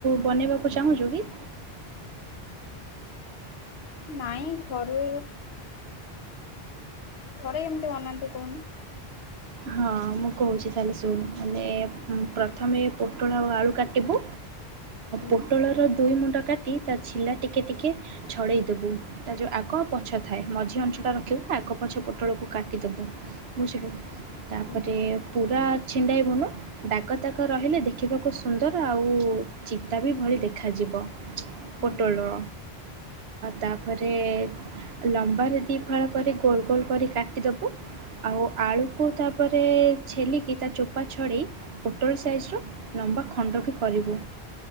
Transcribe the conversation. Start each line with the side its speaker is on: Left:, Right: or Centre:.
Right: ବନେଇବାକୁ ଚାହୁଁଛୁ କି?
Left: ନାଇଁ ଘରେ ଘରେ ଏମିତି ମନାନ୍ତି କହୁନୁ।
Right: ହଁ ମୁଁ କହୁଛି ତାହେଲେ ଶୁଣ ମାନେ ପ୍ରଥମେ ପୋଟଳ ଆଉ ଆଳୁ କାଟିବୁ।
Left: ହୁଁ
Right: ପୋଟଳର ଦୁଇ ମୁଣ୍ଡ କାଟି ତା ଛିଲା ଟିକେ ଟିକେ ଛଡ଼େଇଦବୁ। ତା ଯୋଉ ଆଗଉ ପଛ ଥାଏ ମଝି ଅଂଞ୍ଚ ଟା ରଖିବୁ ଆଗ ପଛ ପୋଟଳକୁ କାଟିଦବୁ। ବୁଝିଲୁ ତାପରେ
Left: ହୁଁ
Right: ପୁରା ଛିଣ୍ଡା ଏବୁନୁ। ଦାଗ ତାଗ ରହିଲେ ଦେଖିବାକୁ ସୁନ୍ଦର ଆଉ ଚିତା ବି ଭଳି ଦେଖାଯିବ।
Left: ହୁଁ
Right: ପଟଳ ତାପରେ ଲମ୍ବାରେ ଦି ଫାଳ କରି ଗୋଲ ଗୋଲ କରି କାଟିଦବୁ ଆଉ ଆଳୁ ତାକୁ ତାପରେ ଛେଲିକି ତା ଚୋପା ଛଡ଼ି ପୋଟଳ ସାଇଜ୍ର ଲମ୍ବା ଖଣ୍ଡ ବି କରିବୁ।